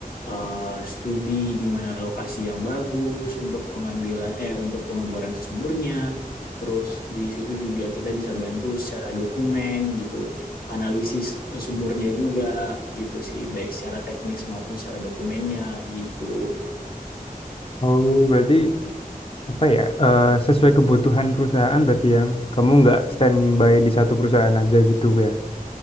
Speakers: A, on the left; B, on the left.
A: uh, studi di mana lokasi yang bagus untuk pengambilan eh untuk pengeboran sumurnya. Terus di situ juga kita bisa bantu secara dokumen gitu analisis eh, sumurnya juga gitu sih baik secara teknis maupun secara dokumennya gitu
B: Oh, berarti apa ya? eh, sesuai kebutuhan perusahaan berarti yang kamu nggak standby di satu perusahaan aja gitu ya.